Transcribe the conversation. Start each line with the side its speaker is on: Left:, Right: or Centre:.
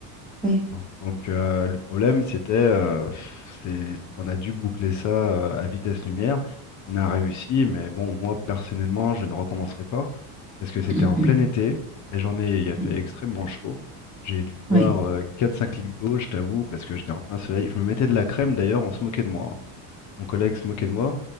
Centre: oui.
Left: Non. Donc euh, le problème, c'était euh, pff, c'est c'est qu'on a dû boucler ça euh, à vitesse lumière. On a réussi, mais bon, moi personnellement, je ne recommencerai pas parce que c'était
Centre: Mm,
Left: en plein
Centre: mm,
Left: été. La journée, il a fait
Centre: mm.
Left: extrêmement chaud. J'ai dû boire
Centre: Oui.
Left: euh, 4-5 litres d'eau, je t'avoue, parce que j'étais en plein soleil. Je me mettais de la crème d'ailleurs, on se moquait de moi. hein. Mon collègue se moquait de moi,